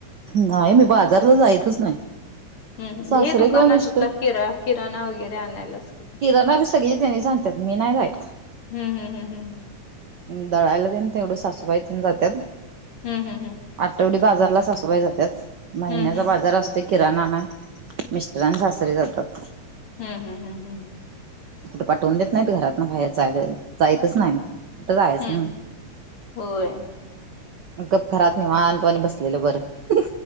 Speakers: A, on the right (about 75°); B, on the left (about 50°).
A: नाही मी बाजारला जायचच नाही
B: हम्
A: सासरे
B: हे दुकानुठला
A: किंवा मिस्टर
B: किरा किराणा वगैरे आणायलास कि तू
A: किराणा बी सगळी त्यांनी सांगतात मी नाही राईत
B: हम् हम हम हम ह्म
A: दडायला तेन तेवढं सासूबाईथ जातात
B: हम् हम् हम
A: आठवडी बाजारला सासवाय जातात महिन्याचा
B: हम्म हम्म
A: बाजार असते किराणा नाही मिस्टर आणि सासरे जातात
B: हा हम हम हम
A: कुठे पाठवून देत नाहीत घरात ना बाहेर जाय जायच नाही उठ कायस
B: हम्म
A: ह
B: हम्म होय
A: गप् घरात नाहीवांतवानी बसलेलं बरं